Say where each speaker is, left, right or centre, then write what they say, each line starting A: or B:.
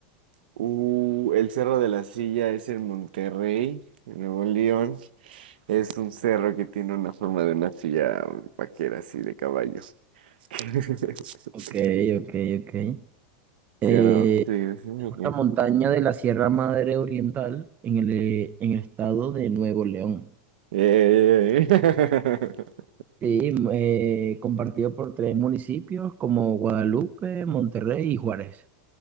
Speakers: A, on the right; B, on the right.
A: Uh, el Cerro de la Silla es en Monterrey, en Nuevo León. Es un cerro que tiene una forma de una silla vaquera así de caballo. <laughs>
B: Ok, ok, ok.
A: ¿Sí
B: Eh,
A: o no? Sí, sí, ok.
B: es una montaña de la Sierra Madre Oriental en el, eh, en el estado de Nuevo León.
A: Eh, eh, eh.
B: Sí, eh, compartido por tres municipios como Guadalupe, Monterrey y Juárez.